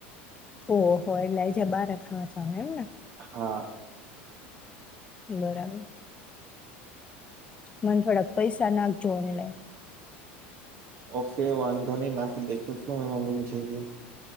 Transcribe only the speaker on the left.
ઓહ હો એટલે જ બાર ખાવા છેમેને.
બરાબર મને થોડા પૈસા નાક જોડ લય.